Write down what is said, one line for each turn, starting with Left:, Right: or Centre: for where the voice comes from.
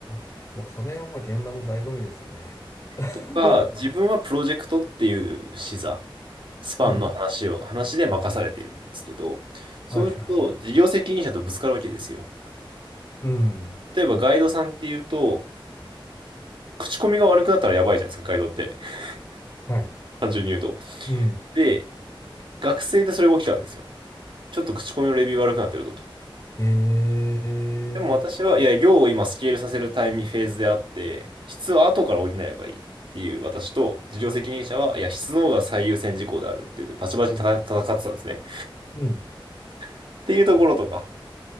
Left: あ、もうそれはもう現場の醍醐味ですよね。<laughs>
Right: とか、自分はプロジェクトっていう視座、スパンの話を、
Left: うん。
Right: 話で任されているんですけど、そうすると事業責任者とぶつかるわけですよ。
Left: はいはいはい。うん。
Right: 例えばガイドさんっていうと、口コミが悪くなったらやばいじゃないですか、ガイドって。<laughs>
Left: はい。
Right: 単純に言うと。
Left: うん。
Right: で、学生でそれが起きたんですよ。ちょっと口コミのレビュー悪くなってるぞと。
Left: へえ。
Right: でも私は、いや、量を今スケールさせるタイミング、フェーズであって、質は後から補えばいいっていう私と、事業責任者は、いや、質の方が最優先事項であるっていう、バチバチに戦戦ってたんですね。
Left: うん。
Right: っていうところとか、